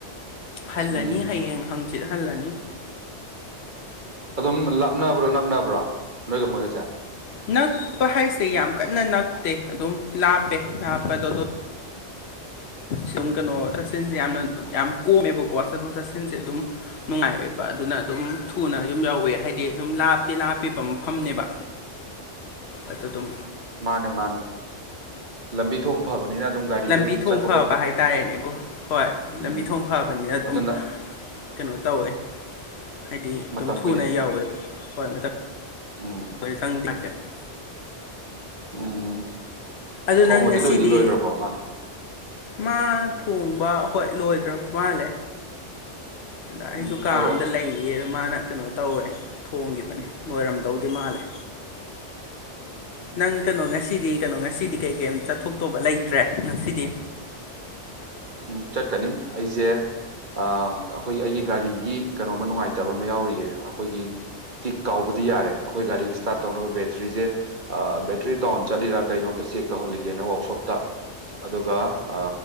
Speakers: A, on the left (about 65°); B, on the right (about 45°).
A: ꯍꯜꯂꯅꯤ
B: ꯎꯝ
A: ꯍꯌꯦꯡ ꯍꯪꯆꯤꯠ ꯍꯜꯂꯅꯤ
B: ꯑꯗꯨꯝ ꯂꯥꯞꯅꯕ꯭ꯔꯣ ꯅꯛꯅꯕ꯭ꯔꯣ ꯅꯣꯏꯒ ꯃꯣꯏꯒꯁꯦ
A: ꯅꯛꯄ ꯍꯥꯏꯁꯦ ꯌꯥꯝ ꯀꯟꯅ ꯅꯛꯇꯦ ꯑꯗꯨꯝ ꯂꯥꯞꯄꯦ ꯂꯥꯞꯄꯗꯣ ꯗꯣ ꯁꯨꯝ ꯀꯩꯅꯣ ꯆꯠꯁꯤꯟꯖꯦ ꯌꯥꯝꯅ ꯌꯥꯝ ꯀꯣꯝꯃꯦꯕꯀꯣ ꯆꯠꯊꯣꯛ ꯆꯠꯁꯤꯟꯁꯦ ꯑꯗꯨꯝ ꯅꯨꯉꯥꯏꯑꯦꯕ ꯑꯗꯨꯅ ꯑꯗꯨꯝ ꯊꯨꯅ ꯌꯨꯝ ꯌꯧꯋꯦ ꯍꯥꯏꯗꯤ ꯑꯗꯨꯝ ꯂꯥꯞꯇꯤ ꯂꯥꯞꯄꯤꯕ ꯃꯐꯝꯅꯦꯕ
B: <inaudible>
A: ꯑꯗꯨꯗꯨꯝ
B: ꯃꯥꯅꯦ ꯃꯥꯅꯦ ꯂꯝꯕꯤ ꯊꯣꯡ ꯐꯕꯅꯤꯅ ꯑꯗꯨꯝ ꯒꯥꯔꯤꯖꯦ
A: ꯂꯝꯕꯤ
B: ꯑꯗꯨꯝ
A: ꯊꯣꯡ
B: ꯆꯠ
A: ꯐꯕ ꯍꯥꯏꯇꯥꯔꯦꯅꯦꯀꯣ ꯍꯣꯏ ꯂꯝꯕꯤ
B: ꯎꯝ
A: ꯊꯣꯡ ꯐꯕꯅꯤꯅ ꯑꯗꯨꯝ
B: ꯑꯗꯨꯅ
A: ꯀꯩꯅꯣ ꯇꯧꯋꯦ ꯍꯥꯏꯗꯤ
B: ꯃꯇꯝ
A: ꯑꯗꯨꯝ ꯊꯨꯅ ꯌꯧꯋꯦ ꯍꯣꯏ ꯃꯇꯝ
B: ꯑꯣ
A: <unintelligible>
B: ꯎꯝ
A: ꯑꯗꯨ
B: ꯊꯣꯡꯕꯗꯤ
A: ꯅꯪ ꯉꯁꯤꯗꯤ
B: ꯂꯣꯏꯗꯤ ꯂꯣꯏꯈ꯭ꯔꯕꯣ ꯃꯥꯅ
A: ꯃꯥ ꯊꯣꯡꯕ ꯍꯣꯏ ꯂꯣꯏꯈ꯭ꯔꯞ ꯃꯥꯜꯂꯦ ꯑꯗ ꯑꯩꯁꯨ
B: ꯎꯝ
A: ꯀꯥ
B: ꯍꯥꯏꯔꯛꯑꯣ
A: ꯑꯝꯗ ꯂꯩꯌꯦ ꯑꯗꯣ ꯃꯥꯅ ꯀꯩꯅꯣ ꯇꯧꯌꯦ ꯊꯣꯡꯒꯤꯕꯅꯦ ꯂꯣꯏꯔꯝꯗꯧꯗꯤ ꯃꯥꯜꯂꯦ ꯅꯪ ꯀꯩꯅꯣ ꯉꯁꯤꯗꯤ ꯀꯩꯅꯣ ꯉꯁꯤꯗꯤ ꯀꯩ ꯀꯩꯝ ꯆꯠꯊꯣꯛꯇꯧꯕ ꯂꯩꯇ꯭ꯔꯦ ꯉꯁꯤꯗꯤ
B: ꯎꯝ ꯆꯠꯀꯅꯤ ꯑꯩꯖꯦ ꯑꯥ ꯑꯈꯣꯏꯒꯤ ꯑꯩꯒꯤ ꯒꯥꯔꯤꯒꯤ ꯀꯩꯅꯣꯝꯃꯥ ꯅꯨꯉꯥꯏꯇꯕ ꯑꯃ ꯌꯥꯎꯔꯤꯌꯦ ꯑꯈꯣꯏꯒꯤ ꯀꯤꯛ ꯀꯥꯎꯕꯗꯤ ꯌꯥꯔꯦ ꯑꯈꯣꯏ ꯒꯥꯔꯤ ꯏꯁꯇꯥꯠ ꯇꯧꯅꯕ ꯕꯦꯇ꯭ꯔꯤꯖꯦ ꯑꯥ ꯕꯦꯇ꯭ꯔꯤ ꯗꯥꯎꯟ ꯆꯠꯂꯤꯔꯥ ꯀꯩꯅꯣ ꯑꯝꯇ ꯆꯦꯛ ꯇꯧꯍꯜꯂꯤꯒꯦꯅ ꯋꯥꯛꯁꯣꯞꯇ ꯑꯗꯨꯒ ꯑꯥ